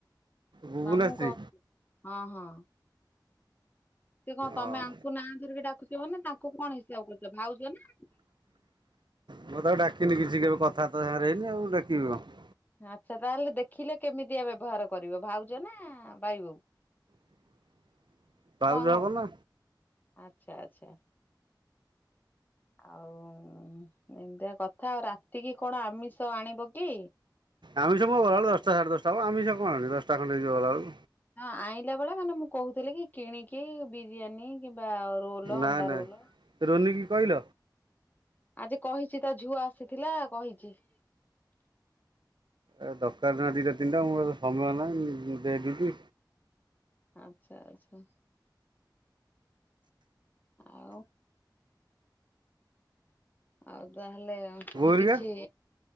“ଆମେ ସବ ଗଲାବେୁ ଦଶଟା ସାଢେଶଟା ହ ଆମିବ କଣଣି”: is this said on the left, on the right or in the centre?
Right